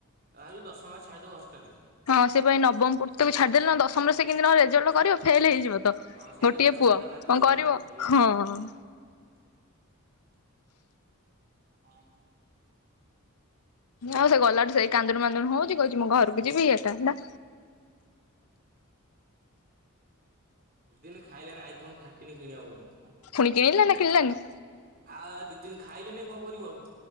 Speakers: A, on the right; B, on the left.
A: ଆ ଭାବୁଚୁ ଦଶମ ରେ ଛାଡ଼ିଦେବୁ ହଷ୍ଟେଲରେ।
B: ହଁ ସେ ପାଇଁ ନବମ ପଢୁଛି ଛାଡିଦେଲେ ନା ଦଶମ ସେ କେମତି ନ ହେଲେ ରେଜଲ୍ଟି କରିବ ଫେଲ ହେଇଯିବ ତ।
A: ହଁ ସେଇଟା
B: ଗୋଟିଏ
A: ପା ସେଇଆ
B: ପୁଅ
A: ତ ଭାବିଛୁ
B: କଣ
A: ଆଉ
B: କରିବ
A: ସେଇଆ
B: ହଁ।
A: ହଁ।
B: ଆଉ ସେ ଗଲାଠୁ ସେଇ କାନ୍ଦୁଣୁ ମାନ୍ଦୁଣୁ ହଉଛି କହୁଛି ମୁଁ ଘରକୁ ଯିବି ଏଇଟା ହେଲା।
A: ଦୁ ଦିନ ଖାଇଲୋନଣି ଆଇଫୋନ ଥାର୍ଟିନ୍ କିଣିବ ବୋଲି।
B: ଫୁଣିି କିଣିଲା ନା କିଣିଲାନି?
A: ଆଉ ଦି ଦିନ ଖାଇଲେନି କଣ କରିବୁ ଆଉ।